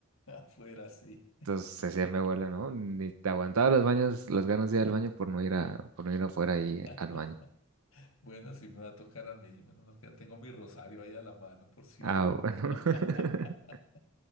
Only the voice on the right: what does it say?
Entonces decía mi abuela, ¿no? Ni te aguantaba las baños, las ganas de ir al baño por no ir a, por no ir afuera ahí
al baño.
Ah,
bueno.
<laughs>